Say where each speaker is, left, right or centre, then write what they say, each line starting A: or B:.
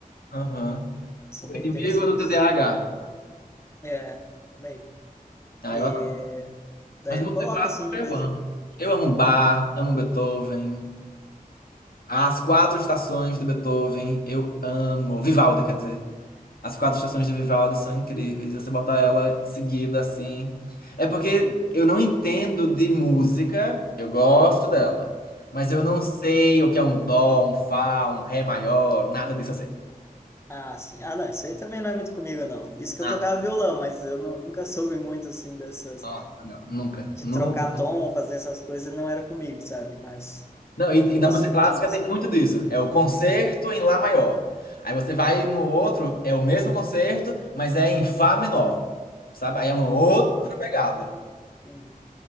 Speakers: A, on the left; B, on the left.
A: Aham.
B: São
A: O
B: bem
A: inimigo
B: interessantes.
A: do TDAH.
B: É, bem.
A: Ah,
B: E
A: eu adoro.
B: daí
A: Mas música
B: eu coloco
A: clássica
B: assim de
A: eu
B: vez.
A: amo. Eu amo Bach, amo Beethoven. As quatro estações de Beethoven, eu amo. Vivaldi, quer dizer. As quatro estações de Vivaldi são incríveis. Você botar ela seguida assim. É porque eu não entendo de música, eu gosto dela. Mas eu não sei o que é um dó, um fá, um ré maior, nada disso eu sei.
B: Ah, sim. Ah, não, isso aí também não é muito comigo, não. Isso que
A: Ah,
B: eu tocava violão, mas eu não, nunca soube muito, assim, dessas
A: nossa, não, nunca,
B: de
A: nunca.
B: trocar tom, fazer essas coisas, não era comigo, sabe? Mas
A: Não, e,
B: eu
A: e na
B: gosto
A: música
B: muito
A: clássica
B: de música.
A: tem muito disso. É o concerto em Lá maior. Aí você vai no outro, é o mesmo concerto, mas é em Fá menor. Sabe? Aí é uma outra
B: Ah,
A: pegada.
B: ah, entendi.